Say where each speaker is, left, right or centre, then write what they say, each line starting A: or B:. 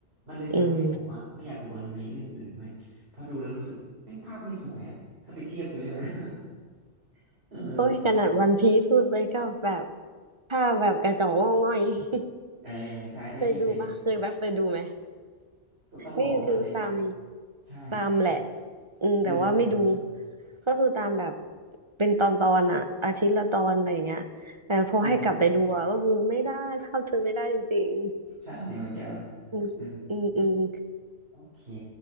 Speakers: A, on the right; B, on the right.
A: มันเลยทำให้ผมอะไม่อยากดูอนิเมะเรื่องอื่นเว้ยเพราะดูแล้วรู้สึกแม่งภาพไม่สวยอะถ้าไปเทียบกับเรื่องนั้น
B: ๆ อืม
A: <laughs> เอ
B: โอ้ยขนาดวันพีซพูดไปก็แบบ
A: อ
B: ภาพแบบกระจอกงอกง่อย <laughs>
A: เออใช่ถ้ายิ่งเป็น
B: เคยดูปะเคยแบบไปดูไหม
A: ต้องต้องบอกว่ามันเป็น
B: นี่คือตาม
A: ใช่
B: ตามแหละอืมแต่ว่าไม่ดู
A: อืมอืม
B: ก็คือตามแบบเป็นตอนตอนอะอาทิตย์ละตอนอะไรอย่างเงี้ยแต่พอให้กลับไปดูอะก็คือไม่ได้ภาพเธอไม่ได้จริง
A: อืมใช่เหมือนกัน
B: ๆอืมอืมอืม
A: อืม โอเค